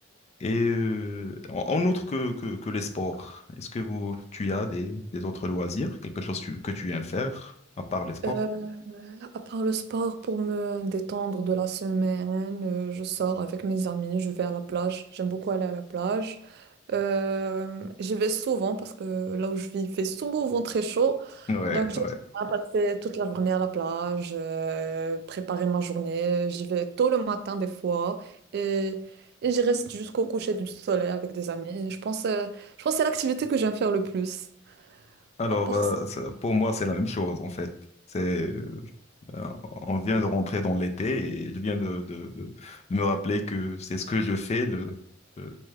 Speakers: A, on the left; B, on the right.
A: Et euh, en en outre que, que, que les sports, est-ce que vous, tu as des, des autres loisirs, quelque chose tu- que tu aimes faire à part les sports?
B: Euh, À part le sport, pour me détendre de la semaine, euh, je sors avec mes amis, je vais à la plage. J'aime beaucoup aller à la plage. Euh, j'y vais souvent parce que là où je vis, il fait souvent très chaud.
A: Ouais,
B: Donc j'aime
A: ouais.
B: bien passer toute la journée à la plage, euh, préparer ma journée. J'y vais tôt le matin des fois et, et j'y reste jusqu'au coucher du soleil avec des amis. Je pense, euh, je pense que c'est l'activité que j'aime faire le plus.
A: Alors,
B: À part
A: euh,
B: ça,
A: ça- pour moi, c'est la même chose, en fait. C'est, euh, on vient de rentrer dans l'été et je viens de, de, de- de me rappeler que c'est ce que je fais le, le-